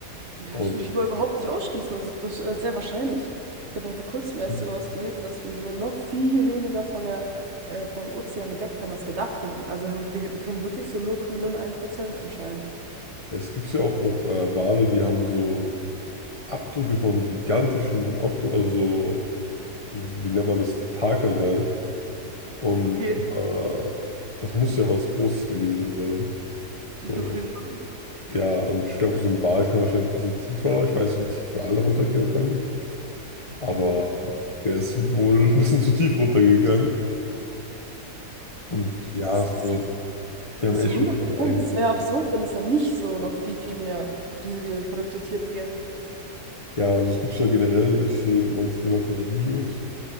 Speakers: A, on the right; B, on the left.
A: Ja,
B: Und
A: das würde ich aber überhaupt nicht ausschließen. Also, das ist sogar sehr wahrscheinlich. Ich habe ja vor kurzem erst
B: ja,
A: sogar was gelesen, dass wir sogar noch viel weniger von der, äh, vom Ozean entdeckt haben, als wir dachten. Also haben, wir, wir kennen wirklich so 0,01 Prozent anscheinend.
B: es gibt ja auch noch äh, Wale, die haben so Abdrücke von gigantischen Okto, also so, wie nennt man das, Tentakeln halt. Und
A: Okay,
B: äh, das muss ja was Großes gewesen sein. So,
A: auf jeden Fall.
B: ja, und ich glaube, so ein Wal kann wahrscheinlich ein bisschen tiefer. Ich weiß nicht, wie tief Wale runtergehen können, aber
A: Mhm.
B: der ist wohl <laughs> ein bisschen zu tief runtergegangen. Und ja,
A: Das,
B: es-
A: das
B: also, wir haben
A: das ist
B: echt
A: so 100
B: schon so
A: Prozent.
B: ein eigenes.
A: Es wäre absurd, wenn es dann nicht so noch viel, viel mehr diese verrückte Tiere gäbe.
B: Ja, also es gibt es ja generell, ich sehe, man sieht ja manchmal so Videos.